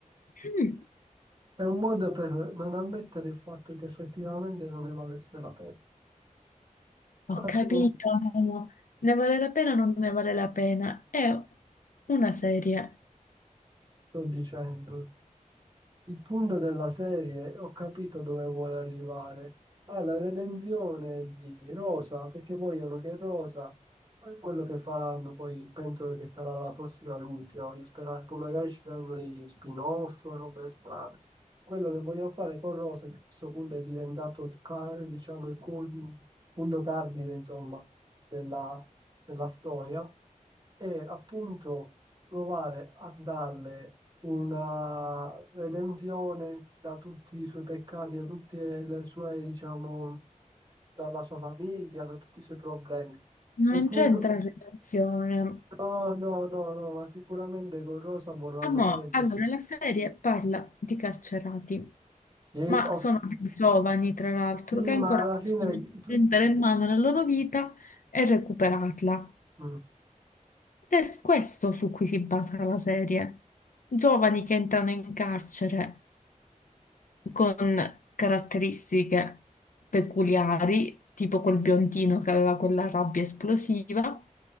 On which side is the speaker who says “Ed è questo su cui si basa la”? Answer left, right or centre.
Left